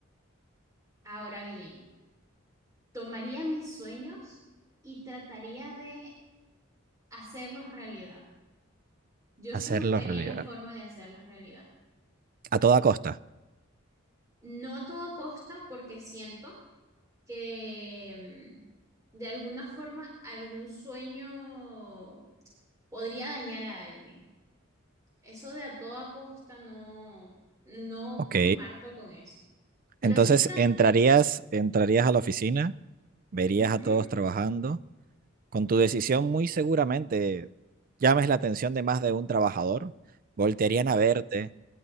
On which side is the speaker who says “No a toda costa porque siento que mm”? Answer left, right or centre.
Right